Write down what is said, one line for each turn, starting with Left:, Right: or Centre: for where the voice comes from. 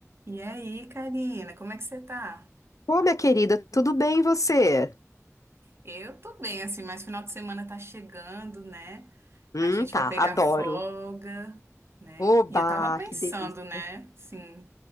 Right: E aí, Karina, como é que você tá?
Left: Ô, minha querida, tudo bem e você?
Right: Eu tô bem, assim, mas final de semana tá chegando, né?
Left: Hum,
Right: A gente
Left: tá,
Right: vai pegar
Left: adoro.
Right: folga, né?
Left: Oba,
Right: E eu tava pensando,
Left: que delícia.
Right: né, assim,